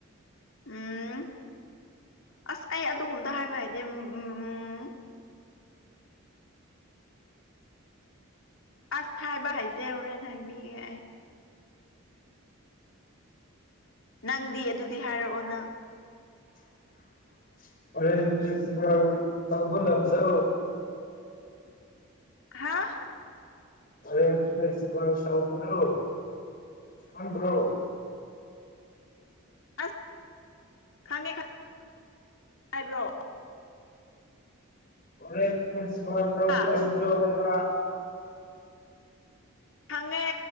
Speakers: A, on the left (about 70°); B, on the left (about 40°).
A: ꯎꯝ ꯑꯁ ꯑꯩ ꯑꯗꯨꯒꯨꯝꯕꯗꯣ ꯍꯥꯏꯕ ꯍꯥꯏꯇꯦ ꯎꯝ ꯑꯁ ꯍꯥꯏꯕ ꯍꯩꯇꯦ ꯍꯣꯔꯦꯟ ꯍꯥꯏꯕꯤꯒꯦ ꯑꯩ ꯅꯪꯗꯤ ꯑꯗꯨꯗꯤ ꯍꯥꯏꯔꯛꯑꯣ ꯅꯪ
B: <inaudible> ꯑꯣꯔꯦꯟꯁ ꯐꯦꯁꯇꯤꯕꯦꯜ ꯇꯧꯕ ꯂꯝꯗꯣ
A: ꯍꯥꯥ
B: ꯑꯣꯔꯦꯟꯁ ꯐ꯭ꯂꯦꯛꯁꯤꯕꯦꯜ ꯇꯧꯕꯗꯣ ꯈꯪꯗ꯭ꯔꯣ <inaudible>
A: ꯑꯁ ꯈꯪꯉꯦ ꯈꯪꯉ ꯍꯥꯏꯕ꯭ꯔꯣꯑꯣ
B: ꯑꯣꯔꯦꯟꯁ ꯐꯦꯁꯇꯤꯕꯦꯜ ꯇꯧꯕ
A: ꯍꯥ
B: ꯂꯝꯗꯣ ꯍꯥꯏꯕ
A: ꯈꯪꯉꯦ